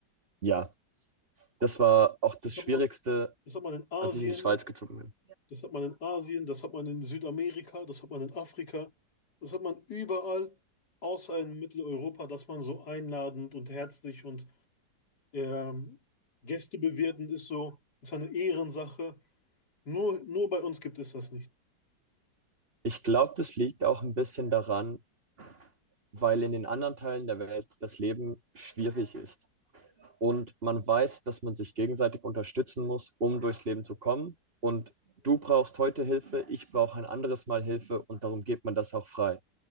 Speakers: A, on the right; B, on the left.
A: Ja, das war auch das
B: Das
A: Schwierigste,
B: hat man, das hat man in Asien,
A: als ich in die Schweiz gezogen bin.
B: das hat man in Asien, das hat man in Südamerika, das hat man in Afrika, das hat man überall außer in Mitteleuropa, dass man so einladend und herzlich und Ähm, Gäste bewirten ist so, ist eine Ehrensache. Nur, nur bei uns gibt es das nicht.
A: Ich glaube, das liegt auch ein bisschen daran, weil in den anderen Teilen der Welt das Leben schwierig ist. Und man weiß, dass man sich gegenseitig unterstützen muss, um durchs Leben zu kommen. Und du brauchst heute Hilfe, ich brauche ein anderes Mal Hilfe und darum geht man das auch frei.